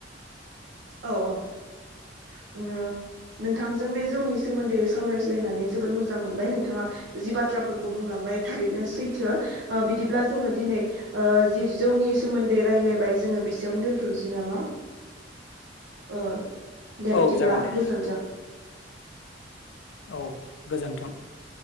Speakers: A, on the right (about 85°); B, on the left (about 80°).
A: औ औ । अंयो । नोंथांजों बे जौनि सोमोन्दै सावरायज्लायनानै जोबोद मो मोजां मोनबाय नोंथाङा जिबाथ बाथ्राफोरखौ बुंलांबाय थारैनो सैथो बिदिब्ला जोङो दिनै जि जौनि सोमोन्दै रायज्लायबाय जोङो बेसेयावनो दोनथसै नामा? ओ । दे
B: औ
A: बिदिब्ला
B: जागोन दे
A: गोजोन्थों ।
B: औ । गोजोन्थों ।